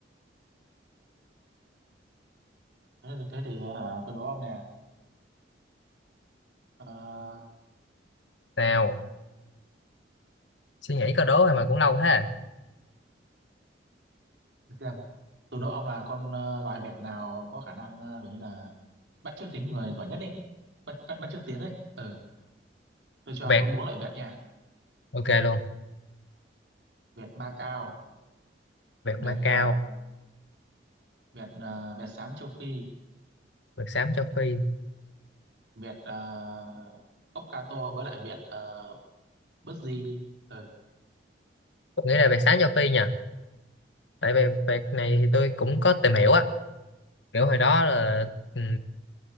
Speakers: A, on the right; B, on the left.
A: Thế, thế thì ờ, hả, tôi đố ông nè. Ờ,
B: nào suy nghĩ câu đố rồi mà cũng lâu thế à.
A: để xem. Tôi đố ông là con ờ, loài vẹt nào có khả năng ờ, kiểu như là bắt chước tiếng người giỏi nhất ấy. Bắt, bắt, bắt chước tiếng ấy. Ờ, tôi cho
B: Vẹt
A: ông bốn loại vẹt nha
B: ok luôn
A: Việt Macau,
B: Vẹt
A: Việt
B: Macau
A: ờ, Việt ờ, Việt xám châu Phi,
B: vẹt Xám Châu Phi
A: Việt uh, ốc ca tô với lại Việt uh, bứt di đi. Ừ.
B: tôi nghĩ là vẹt Xám Châu Phi nhỉ? tại vì vẹt này thì tôi cũng có tìm hiểu á kiểu hồi đó là ừm,